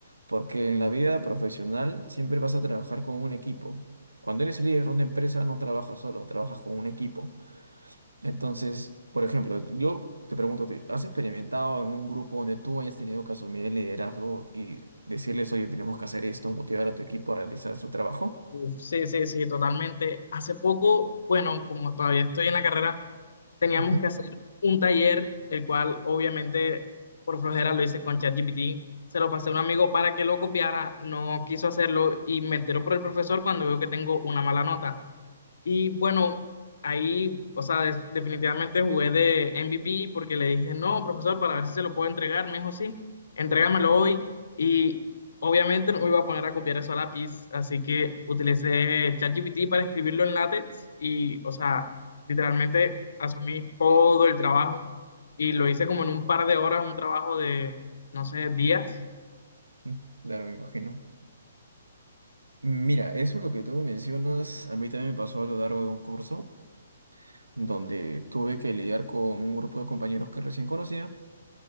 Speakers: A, on the right (about 85°); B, on the left (about 65°).
A: Porque en la vida profesional siempre vas a trabajar con un equipo. Cuando eres el líder de una empresa no trabajas solo, trabajas con un equipo. Entonces, por ejemplo, yo te pregunto, a ti, ¿has experimentado en un grupo donde tú hayas tenido que asumir el liderazgo y decirles, oye, tenemos que hacer esto, motivar a tu equipo a realizar su trabajo?
B: Uf, Sí, sí, sí, totalmente. Hace poco, bueno, como todavía estoy en la carrera, teníamos
A: Ujú,
B: que hacer un taller, el cual obviamente por flojera lo hice con ChatGPT. Se lo pasé a un amigo para que lo copiara, no quiso hacerlo y me enteró por el profesor cuando veo que tengo una mala nota. Y bueno, ahí, o sea, des- definitivamente jugué de MVP porque le dije, no, profesor, para ver si se lo puedo entregar. Me dijo, sí, entrégamelo hoy. y Obviamente no me iba a poner a copiar eso a lápiz, así que utilicé ChatGPT para escribirlo en LaTeX y, o sea, literalmente asumí todo el trabajo y lo hice como en un par de horas, un trabajo de, no sé, días.
A: mm, Claro, me imagino. Mira, eso lo que tú mencionas, a mí también me pasó a lo largo de un curso. donde tuve que lidiar con un grupo de compañeros que recién conocía